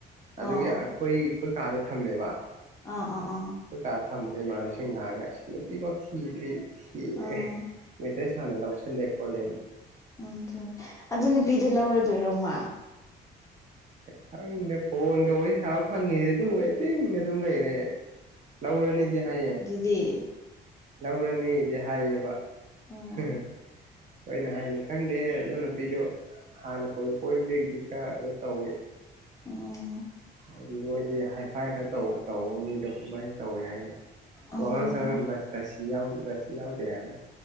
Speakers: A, on the left; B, on the right.
A: ꯑꯣ
B: ꯑꯗꯨꯒꯤ ꯑ ꯈꯣꯏ ꯑꯩꯈꯣꯏ ꯀꯥꯗ ꯊꯝꯃꯦꯕ
A: ꯑꯥ ꯑ ꯑꯥ
B: ꯈꯣꯢ ꯀꯥ ꯊꯝꯕꯗꯩ ꯏꯃꯥꯟꯅꯕꯁꯤꯡ ꯂꯥꯛꯑꯒ ꯁꯤ ꯅꯨꯄꯤꯐꯥꯎ ꯊꯤꯗ꯭ꯔꯤ ꯊꯤ
A: ꯑꯥ
B: ꯑ ꯃꯦꯠꯇ꯭ꯔꯦꯁ ꯁꯥꯅ ꯂꯧꯁꯜꯂꯦ ꯈꯣꯠꯂꯦꯅ
A: ꯎꯝ ꯑꯗꯨ ꯅꯨꯄꯤꯗꯣ ꯂꯧꯔꯗꯣꯏꯔꯣ ꯃꯥ
B: ꯈꯪꯗꯦ ꯐꯣꯟꯒ ꯋꯥꯔꯤ ꯁꯥꯕ ꯐꯪꯉꯤꯁꯦ ꯑꯗꯨꯝ ꯋꯦꯇꯤꯡꯗ ꯑꯗꯨꯝ ꯂꯩꯔꯦ ꯂꯧꯔꯅꯤꯗꯤ ꯍꯥꯏꯌꯦ
A: ꯗꯤ
B: ꯂꯧꯔꯅꯤꯗꯤ ꯍꯥꯏꯌꯦꯕ
A: ꯎꯝ
B: ꯍ ꯍ ꯃꯣꯢꯅ ꯍꯥꯏꯅꯦ ꯈꯪꯗꯦ ꯑꯗꯨ ꯅꯨꯄꯤꯗꯣ ꯍꯥꯟꯅ ꯀꯣꯏꯕ ꯀꯣꯏꯕꯗꯒꯤꯗꯤ ꯈꯔ ꯀꯩꯅꯣ ꯇꯧꯏ
A: ꯎꯝ
B: ꯍꯥꯏꯗꯤ ꯃꯣꯏꯗꯤ ꯍꯥꯏꯐꯥꯏ ꯈꯔ ꯇꯧ ꯇꯧꯕ ꯃꯤꯗꯣ ꯑꯗꯨꯃꯥꯏꯅ ꯇꯧꯋꯦ ꯍꯥꯏꯌꯦ
A: ꯎꯝ
B: ꯋꯥꯉꯥꯡ ꯁꯉꯥꯡ ꯂꯥꯢ ꯔꯁꯤ ꯌꯥꯎ ꯔꯁꯤ ꯌꯥꯎꯗꯦ ꯍꯥꯏꯕ